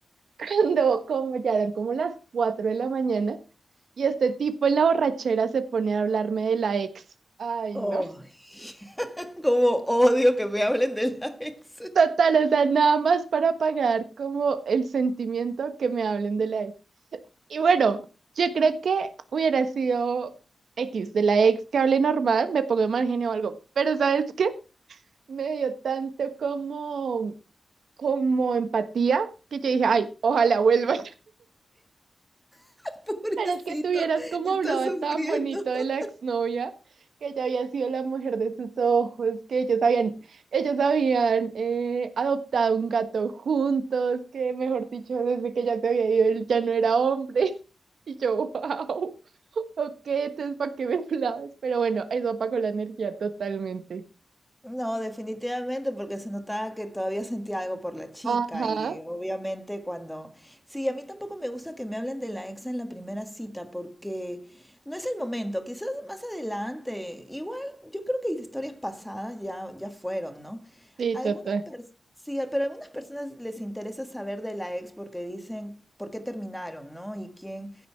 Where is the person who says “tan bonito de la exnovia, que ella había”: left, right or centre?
Right